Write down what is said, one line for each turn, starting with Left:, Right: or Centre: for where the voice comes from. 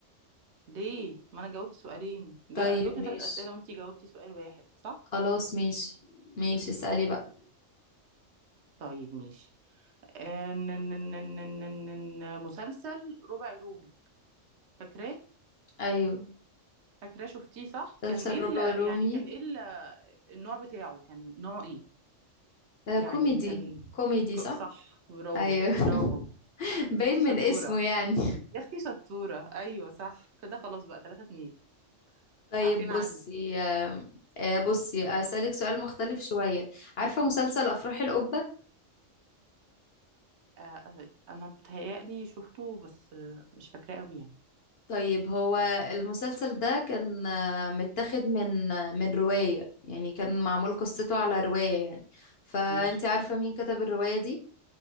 Right: ليه ما انا جاوبت سؤالين جا-
Left: طيب
Right: انا جاوبت
Left: ماشي
Right: تلات اسئله وانتي جاوبتي سؤال واحد صح
Left: خلاص ماشي ماشي اسألي بقى
Right: طيب ماشي آه، ن- ن- ن- ن- ن- ن- مسلسل ربع رومي فاكراه
Left: ايوه
Right: فاكراه شفتيه صح
Left: مسلسل
Right: كان ايه ال-
Left: ربع رومي
Right: يعني كان ايه ال- النوع بتاعه كان نوع ايه
Left: ده
Right: يعني
Left: كوميدي
Right: كان
Left: كوميدي
Right: ك-
Left: صح
Right: صح برافو
Left: ايوه
Right: برافو يا
Left: <laughs> باين
Right: اختي شطوره
Left: من اسمه يعني
Right: يا اختي شطوره ايوه صح كده خلاص بقى تلاتة اتنين
Left: طيب
Right: عارفين
Left: بصي
Right: عنك
Left: آه، آه، بصي اسألك سؤال مختلف شوية عارفة مسلسل افراح القبة
Right: آه، انا بتهيألي شفته بس آه، مش فاكراه قوي يعني
Left: طيب هو المسلسل ده كان آه، متاخد من آه، من رواية يعني كان معمول قصته على رواية يعني فانت
Right: ماشي
Left: عارفة مين كتب الرواية دي